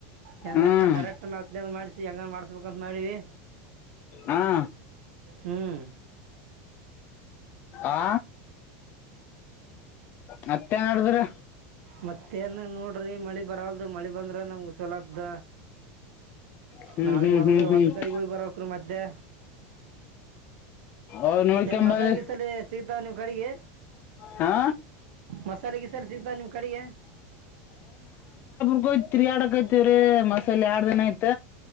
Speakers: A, on the right; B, on the left.
A: ಹೆಂಗ
B: ಹ್ಮ್
A: ಮಾಡಿ ಡೈರೆಕ್ಟ್ ಹತ್ತ ಮಾಡ್ಸಿ ಹೆಂಗ ಮಾಡ್ಸ್ಬೇಕಂತ ಮಾಡೀವಿ
B: ಹಾ
A: ಹ್ಮ್
B: ಆ ಮತ್ತ ಏನ ನಡದ ರೀ
A: ಮತ್ತೇನು ನೋಡ್ರಿ ಮಳಿ ಬರಲ್ದು ಮಳಿ ಬಂದ್ರೆ ನಮ್ಗಗೆ ಸಲದ್ದ.
B: ಹ್ಮ್
A: ನಾಳಗ್
B: ಹ್ಮ್
A: ಹೊಲ್ದ
B: ಹ್ಮ್ ಹ್ಮ್
A: ಹೊಲ್ದ ಕಡೆಗ ಹೋಗ್ ಬರಬೆಕ್ರಿ ಮತ್ತೆ
B: ಅವ್ ನೋಡ್ಕೊಂಬರಿ
A: ಏನ್ ಮಸಾಲೆ ಗೀಸಲ್ಲಿ ಸಿಗ್ತಾವ ನಿಮ್ಮ ಕಡೆಗಿ
B: ಹಾ
A: ಮಸಾಲಿ ಗಿಸಾಲಿ ಸಿಗ್ತ ನಿಮ್ ಕಡೆಗಿ
B: ಯ್ತ್ ತಿರಿಡಕೈತಿವ್ರೀ ಮಸಾಲ ಎಡ್ದ ದಿನ ಆಯತ